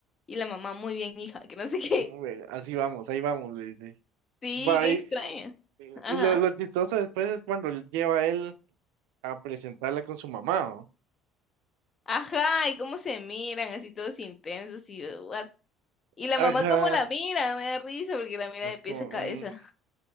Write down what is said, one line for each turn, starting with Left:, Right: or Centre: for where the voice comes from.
Left: Y la mamá, muy bien, hija, que no sé <laughs> qué.
Right: "No, güey, así vamos, ahí vamos, le dice.
Left: Sí,
Right: Va,
Left: qué
Right: y,
Left: extraño.
Right: eh, eh,
Left: Ajá.
Right: y lo, lo chistoso después es cuando lleva a él a presentarla con su mamá, ¿o?
Left: Ajá, y cómo se miran, así todos intensos y yo, what. Y la
Right: Ajá,
Left: mamá cómo la mira, me da risa porque la mira
Right: así
Left: de pies
Right: como,
Left: a cabeza.
Right: mm,